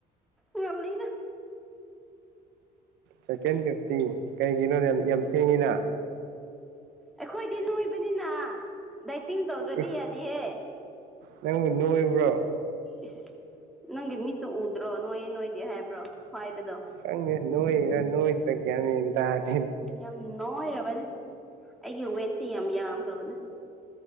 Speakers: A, in the centre; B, on the right (about 80°).
A: ꯉꯟꯂꯤꯗ
B: ꯁꯀꯦꯟ ꯗꯇꯤ ꯀꯩꯒꯤꯅꯣ ꯌꯥꯝ ꯌꯥꯝ ꯊꯦꯡꯉꯤꯅ
A: ꯑꯩꯈꯣꯏꯗꯤ ꯅꯣꯏꯕꯅꯤꯅ ꯗꯥꯏꯇꯤꯡ ꯇꯧꯗ꯭ꯔꯗꯤ
B: ꯏꯁ
A: ꯌꯥꯗꯤꯍꯦ
B: ꯅꯪꯕꯨ ꯅꯣꯏꯕ꯭ꯔꯣ
A: ꯏꯁ ꯅꯪꯒꯤ ꯃꯤꯠꯇꯨ ꯎꯗ꯭ꯔꯣ ꯅꯣꯏꯌꯦ ꯅꯣꯏꯗꯤ ꯍꯥꯏꯕ꯭ꯔꯣ ꯍꯥꯏꯕꯗꯣ
B: ꯈꯪꯗꯦ ꯅꯣꯏ꯭ꯔꯤꯔꯥ ꯅꯣꯏꯗ꯭ꯔ ꯒꯌ꯭ꯥꯟ ꯃꯦꯟ ꯇꯥꯗꯦ
A: ꯎꯝ ꯌꯥꯝ ꯅꯣꯏꯔꯕꯅꯦ ꯑꯩꯒꯤ ꯋꯦꯠꯁꯤ ꯌꯥꯝ ꯌꯥꯝꯈ꯭ꯔꯕꯅꯦ